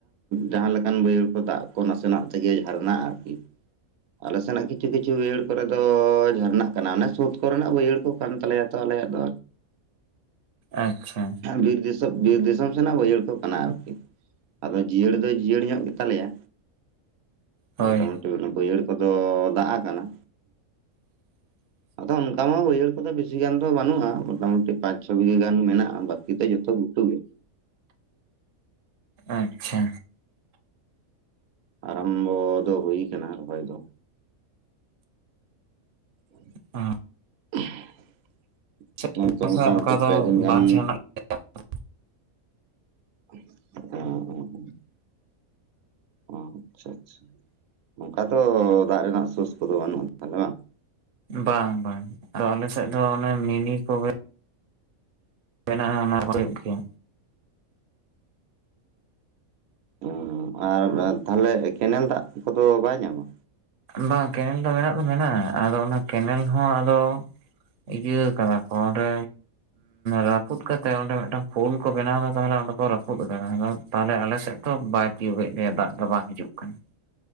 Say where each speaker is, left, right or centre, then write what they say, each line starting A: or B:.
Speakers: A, on the right (about 85°); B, on the right (about 50°).
A: ᱡᱟᱦᱟ ᱞᱮᱠᱟᱱ ᱵᱟᱹᱭᱦᱟᱹᱲ ᱠᱚ ᱫᱟᱜ ᱠᱚ ᱱᱟᱥᱮᱱᱟᱜ ᱛᱮᱜᱮ ᱡᱷᱟᱨᱱᱟᱜ-ᱟ ᱟᱨᱠᱤ ᱟᱞᱮ ᱥᱮᱱᱟᱜ ᱠᱤᱪᱷᱩ ᱠᱤᱪᱷᱩ ᱵᱭᱦᱟᱹᱲ ᱠᱚᱨᱮ ᱫᱚ ᱡᱷᱟᱨᱱᱟᱜ ᱠᱟᱱᱟ ᱚᱱᱮ ᱥᱳᱫᱽ ᱠᱚᱨᱮᱱᱟᱜ ᱵᱟᱹᱭᱦᱟᱹᱲ ᱠᱚ ᱠᱟᱱ ᱛᱟᱞᱮᱭᱟ ᱛᱟᱦᱞᱮ ᱟᱫᱚ
B: ᱟᱪᱪᱷᱟ
A: ᱵᱤᱨ ᱫᱤᱥᱚᱢ ᱵᱤᱨ ᱫᱤᱥᱚᱢ ᱥᱮᱱᱟᱜ ᱵᱟᱹᱭᱦᱟᱹᱲ ᱠᱚ ᱚᱱᱟ ᱟᱨᱠᱤ, ᱟᱫᱚ ᱡᱤᱭᱟᱹᱲ ᱫᱚ ᱡᱤᱭᱟᱹᱲ ᱧᱚᱜ ᱜᱮ ᱛᱟᱞᱮᱭᱟ
B: ᱦᱳᱭ
A: ᱢᱚᱴᱟᱢᱩᱴᱤ ᱵᱟᱹᱭᱦᱟᱹᱲ ᱠᱚᱫᱚ ᱫᱟᱜ ᱟᱠᱟᱱᱟ
B: <inaudible>
A: ᱟᱫᱚ ᱚᱱᱠᱟ ᱢᱟ ᱵᱟᱹᱦᱟᱹᱲ ᱠᱚᱫᱚ ᱵᱮᱥᱤ ᱜᱟᱱ ᱫᱚ ᱵᱟᱱᱩᱜ-ᱟ ᱢᱚᱴᱟᱢᱩᱴᱤ ᱯᱟᱸᱪ ᱪᱷᱚ ᱵᱤᱜᱷᱟᱹ ᱜᱟᱱ ᱢᱮᱱᱟᱜ-ᱟ ᱵᱟᱠᱤ ᱫᱚ ᱡᱷᱚᱛᱚ ᱵᱩᱴᱟᱹ
B: ᱟᱪᱪᱷᱟ
A: ᱟᱨᱟᱢᱻᱵᱚ ᱫᱚ ᱦᱩᱭ ᱭᱟᱠᱟᱱᱟ ᱨᱚᱦᱚᱭ ᱫᱚ, <inaudible>
B: <inaudible>
A: <inaudible>
B: <unintelligible>
A: ᱱᱚᱜᱼᱚᱭ ᱛᱚ ᱢᱚᱴᱟᱢᱩᱴᱤ
B: ᱚᱠᱟ ᱫᱚ
A: ᱯᱮ ᱫᱤᱱ ᱜᱟᱱ
B: ᱵᱟᱦᱟ <unintelligible>
A: <unintelligible> ᱚ ᱟᱪᱪᱷᱟ ᱟᱪᱪᱷᱟ ᱚᱱᱠᱟ ᱛᱚ ᱫᱟᱜ ᱨᱮᱱᱟᱜ ᱥᱳᱥ ᱠᱚ ᱫᱚ ᱵᱟᱹᱱᱩᱜ ᱛᱟᱦᱞᱮ ᱵᱟᱝ,
B: ᱵᱟᱝ ᱵᱟᱝ ᱟᱞᱮ ᱥᱮᱫ ᱫᱚ ᱚᱱᱮ ᱢᱤᱱᱤ ᱠᱚ ᱜᱮ ᱢᱮᱱᱟᱜ ᱟ ᱚᱱᱟ ᱠᱚ ᱦᱩᱭᱩᱜ ᱜᱮᱭᱟ᱾
A: ᱩᱸᱦ ᱟᱨ ᱛᱟᱦᱮᱞᱮ ᱠᱮᱱᱮᱞ ᱫᱟᱜ ᱠᱚᱫᱚ ᱵᱟᱭ ᱧᱟᱢᱟ?
B: ᱵᱟᱝ ᱠᱮᱱᱮᱞ ᱫᱚ ᱢᱮᱱᱟᱜ ᱫᱚ ᱢᱮᱱᱟᱜᱼᱟ, ᱟᱫᱚ ᱚᱱᱟ ᱠᱮᱱᱮᱞ ᱦᱚᱸ ᱟᱫᱚ ᱤᱭᱟᱹ ᱟᱠᱟᱫᱟ ᱠᱚ ᱚᱸᱰᱮ ᱨᱟᱹᱯᱩᱫ ᱠᱟᱛᱮᱜ ᱚᱸᱰᱮ ᱢᱤᱫ ᱴᱟᱝ ᱯᱳᱞ ᱠᱚ ᱵᱮᱱᱟᱣ ᱮᱫᱟ ᱛᱟᱦᱞᱮ ᱚᱸᱰᱮ ᱨᱟᱹᱯᱩᱫ ᱠᱟᱱᱟ ᱟᱫᱚ ᱛᱟᱦᱞᱮ ᱟᱞᱮ ᱥᱮᱫ ᱫᱚ ᱵᱟᱭ ᱛᱤᱭᱳᱜ ᱮᱫ ᱞᱮᱭᱟ ᱫᱟᱜ ᱫᱚ ᱵᱟᱝ ᱦᱤᱡᱩᱜ ᱠᱟᱱᱟ᱾